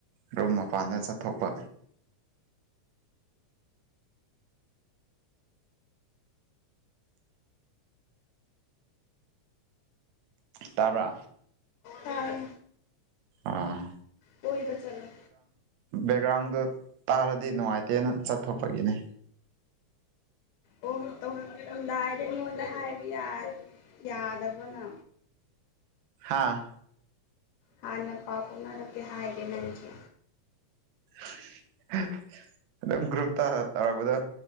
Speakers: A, on the right; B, on the left.
A: ꯔꯨꯝ ꯃꯄꯥꯟꯗ ꯆꯠꯊꯣꯛꯄ ꯇꯥꯕ
B: ꯇꯥꯏ
A: ꯑꯣꯏ
B: ꯍꯣꯏꯕ ꯆꯂꯣ
A: ꯕꯦꯛꯒ꯭ꯔꯥꯎꯟꯗ ꯇꯥꯔꯗꯤ ꯅꯨꯡꯉꯥꯏꯇꯦꯅ ꯆꯠꯊꯣꯛꯄꯒꯤꯅꯦ
B: ꯑꯣ ꯇꯧꯔꯛꯂꯝꯗꯥꯏꯗ ꯑꯩꯉꯣꯟꯗ ꯍꯥꯏꯕ ꯌꯥꯗꯕꯅ
A: ꯍꯥꯥ
B: ꯍꯥꯟꯅ ꯄꯥꯎ ꯐꯥꯎꯅꯔꯛꯀꯦ ꯍꯥꯏꯒꯦ ꯅꯪꯁꯦ
A: <inaudible> ꯑꯗꯨꯝ ꯒ꯭ꯔꯨꯞꯇ ꯇꯧꯔꯛꯄꯗ